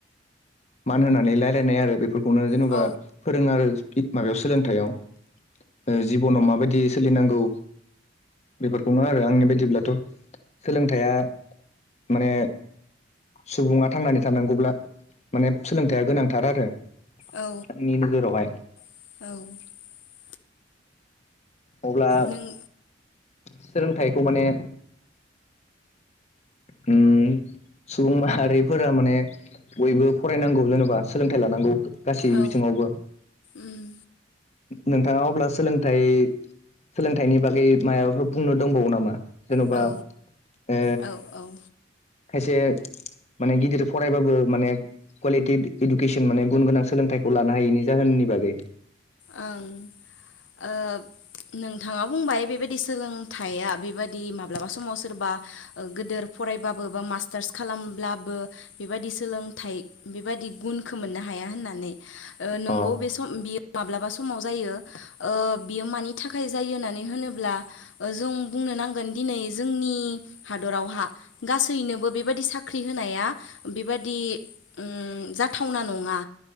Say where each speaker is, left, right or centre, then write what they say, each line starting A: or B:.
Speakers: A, on the left; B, on the left.
A: मान होनानै लायरायनाय आरो बेफोर खौनो जेन'बा
B: औ
A: फोरोङो आरो इ माबायाव सोलोंथायाइयाव जिबनाव माबायदि सोलिनांगौ बेफोरखौनो आरो आंनि बायदिब्लाथ' सोलोंथाइया माने सुबुङा थांनानै थानांगौब्ला माने सोलोंथाइया गोनांथार आरो।
B: औ
A: आंनि नोजोरावहाय।
B: <inaudible>
A: अब्ला
B: नों
A: सोलोंथाइखौ माने उम सुबुं माहारिफोरा माने बयबो फरायनांगौ जेन'बा सोलोंथाइ लानांगौ। गासै
B: औ
A: बिथिङावबो
B: उम
A: नोंथाङा अब्ला सोलोंथाइ सोलोंथाइनि बागै मायाबाफोर बुंनो दंबावो नामा? जेन'बा
B: औ
A: ओ
B: औ औ
A: खायसे माने गिदिर फरायबाबो माने कुवालिटि इदु इडुकेसन माने गुन गोनां सोलोंथाइखौ लानो हायैनि जाहोननिबा बागै।
B: ओं ओ नोंथाङा बुंबाय बेबायदि सोलोंथाइया बेबादि माब्लाबा समाव सोरबा गोदोर फरायबाबो बा मास्टार्स खालामब्लाबो बेबायदि सोलोंथाइ बेबादि गुनखौ मोननो हाया होननानै ओ नंगौ
A: अ
B: बे सम बियो माब्लाबा समाव जायो ओ बियो मानि थाखाय जायो होननानै होनोब्ला ओ जों बुं नो नांगोन दिनै जोंनि हादरावहा गासैनोबो बेबायदि साख्रि होनाया बेबादि उम जाथावना नङा